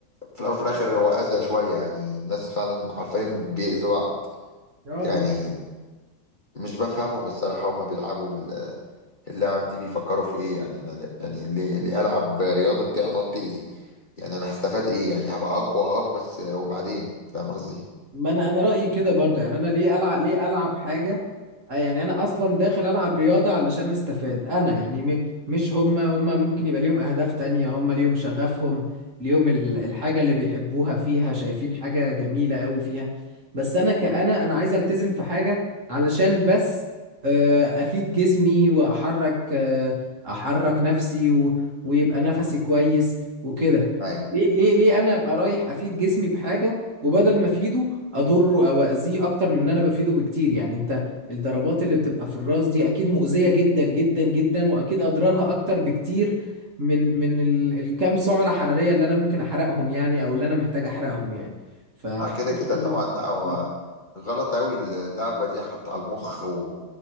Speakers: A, on the left; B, on the right.
A: في الاول وفي الاخر هو اذى شويه يعني الناس فعلا حرفيا بيأذوا بعض
B: اه
A: يعني
B: بالظبط
A: مش بفهمهم الصراحة هما بيلعبوا اللاعب دي بيفكروا في ايه يعني انا يعني ليه ليه هلعب رياضه دي هتقعد تاذي يعني انا هستفاد ايه يعني هبقى اقوى اه بس وبعدين فاهم قصدي
B: ما انا انا رايي كده برضو يعني انا ليه العب ليه العب حاجه آه يعني انا اصلا داخل العب رياضه علشان استفاد انا يعني م... مش هما هما ممكن يبقى ليهم اهداف تانية هما ليهم شغفهم ليهم ال- الحاجه اللي بيحبوها فيها شايفين حاجه جميله قوي فيها بس انا كأنا انا عايز التزم في حاجه علشان بس آه، افيد جسمي واحرك آه، احرك نفسي و... ويبقى نفسي كويس وكده
A: ايوه
B: ليه ليه ليه انا ابقى رايح افيد جسمي بحاجه وبدل ما افيده اضره او اذيه اكتر من ان انا بفيده بكتير يعني انت الضربات اللي بتبقى في الراس دي اكيد مؤذية جدا جدا جدا واكيد اضرارها اكتر بكتير من من ال- الكام سعرة حرارية اللي انا ممكن احرقهم يعني او اللي انا محتاج احرقهم يعني فحاسس
A: آه كده كده
B: إن-
A: طبعا لا هو
B: <laughs>
A: غلط قوي اللعبه دي حتى على المخ و...